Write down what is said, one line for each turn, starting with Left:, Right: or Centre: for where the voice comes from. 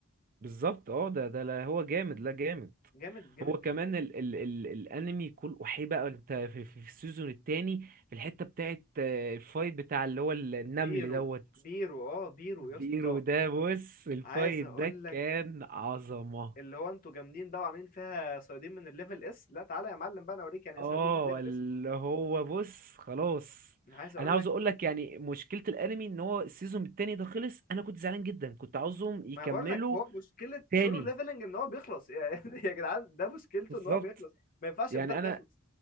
Right: بالظبط اه ده ده لا هو جامد لا جامد
Left: جامد جامد
Right: هو كمان
Left: جدا
Right: ال ال ال الانمي كل وحي بقى انت في, في السيزون التاني في الحته بتاعت آه، الفايت بتاع اللي هو النمل
Left: بيرو
Right: دوت
Left: بيرو اه بيرو
Right: بيرو
Left: يا اسطى
Right: ده بص الفايت
Left: عايز اقول
Right: ده
Left: لك
Right: كان عظمه
Left: اللي هو انتوا جامدين ده وعاملين فيها صيادين من الليفل اس لا تعالى يا معلم بقى انا اوريك يعني ايه
Right: اه
Left: صيادين من الليفل
Right: اللي
Left: اس
Right: هو بص خلاص
Left: انا عايز اقول
Right: انا عاوز
Left: لك
Right: اقول لك يعني مشكله الانمي ان هو السيزون التاني ده خلص انا كنت زعلان جدا كنت عاوزهم يكملوا
Left: ما أنا بقول لك هو مشكله
Right: تاني
Left: سولو ليفلنج ان هو بيخلص <laughs> يعني يا جدعان ده مشكلته
Right: بالظبط
Left: ان هو بيخلص ما ينفعش
Right: يعني
Left: البتاع
Right: انا
Left: ده يخلص